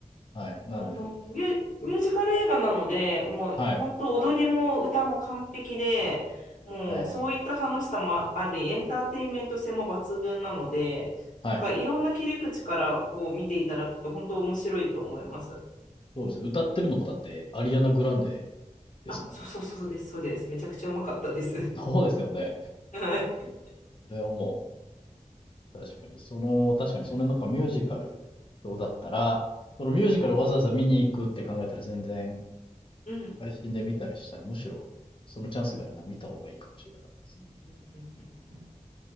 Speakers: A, on the left; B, on the left.
A: はい。なんで、
B: あの、ミュ、ミュージカル映画なので、もう本当踊りも歌も完璧で、
A: はい。
B: もうそういった楽しさもあり、
A: えー
B: エンターテインメント性も抜群なので、
A: はい。
B: なんかいろんな切り口からこう見ていただくと本当面白いと思います。
A: そうです。歌ってるのもだって、アリアナ・グランデですもんね。
B: あ、そうそうそうです、そうです。めちゃくちゃうまかったです。
A: そうですよね。
B: はい。
A: これはもう、確かに、その、確かに、
B: うん。
A: それなんかミュージカル表だったら、そのミュージカルわざわざ見に行くって考えたら全然、
B: うん
A: 配信で見たりしたら、むしろ、そのチャンスがあるなら見た方がいいかもしれないです。
B: うんうんうん